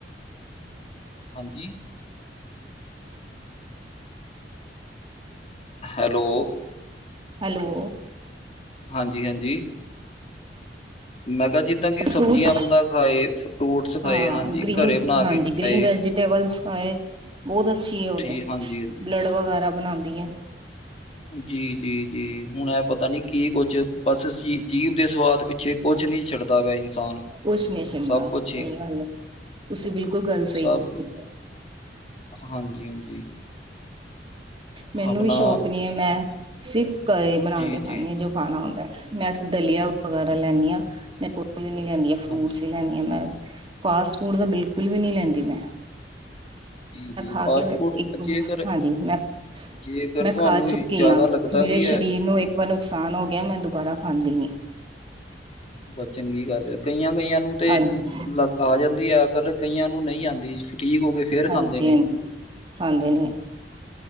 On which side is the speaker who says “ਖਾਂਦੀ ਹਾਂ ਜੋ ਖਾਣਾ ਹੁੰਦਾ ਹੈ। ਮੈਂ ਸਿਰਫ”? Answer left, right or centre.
Right